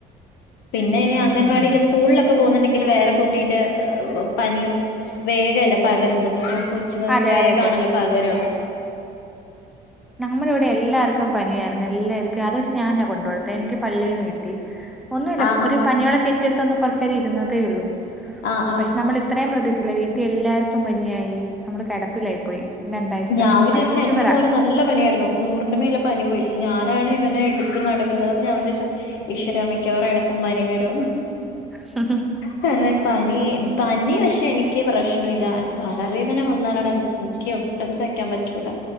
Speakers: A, on the left; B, in the centre.
A: പിന്നെ ഇനി
B: ഉം
A: അംഗൻവാടി സ്കൂളിലൊക്കെ പോകുന്നുണ്ടെങ്കിൽ വേറെ കുട്ടീന്റെ പനിയും വേഗല്ലേ പകരുന്നത് കൊച്ചിയും ഉച്ചുങ്ങക്ക്
B: അതെ
A: വേഗണല്ലോ
B: അതെ അതെ
A: പകരോ
B: നമ്മളിവടെ എല്ലാർക്കു പനിയായിര്ന്നു. എല്ലാർക്കു അത് പഷെ ഞാനാ കൊണ്ട് കൊടുത്തെ. എനിക്ക് പള്ളീന്ന് കിട്ടി ഒന്നുല്ല
A: ആഹ് ഹാ
B: ഒരു
A: ഹാ
B: പനിയുള്ള ചേച്ച്ട്ത്തൊന്ന് കൊറ്ച്ചേരം ഇരുന്നതെ ഉള്ളു.
A: ആഹ് ആഹ്
B: പക്ഷെ നമ്മള് അത്രയും പ്രതീക്ഷില്ല വീട്ടി എല്ലാർക്കു പനിയായി. നമ്മള് കെട പ്പിലായി പോയി. രണ്ടാഴ്ച്ചത്തിന്
A: ഞാൻ വിചാരിച്ചു
B: വൈറൽ ഫ്ലൂവറ
A: എന്റെ മോന് നല്ല പനിയായിരുന്നു നൂറിന്റെ മേലെ പനി പോയി. ഞാനാണ് ഇവനെ എട്ത്ത് നടക്ക്ന്നത് അപ്പൊ ഞാൻ ചൊയ്ച്ചു ഈശ്വരാ. മിക്കവാറും എനിക്കും പനി വരൂന്ന്.
B: <inaudible>
A: കാരണം പനി പനി പഷെ എനിക്ക് പ്രശ്നല്ല. തലവേദന വന്നാലാണ് ക്ക് ഒട്ടും സഹിക്കാ പറ്റൂല.